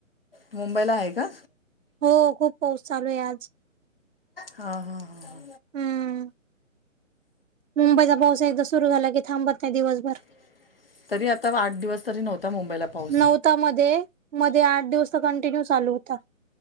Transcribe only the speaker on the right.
हो खूप पाऊस चालू आहे आज
हम्म मुंबईचा पाऊस एकदा सुरू झाला की थांबत नाही दिवसभर
नवता मध्ये मध्ये आठ दिवस कंटिन्यू चालू. कठ.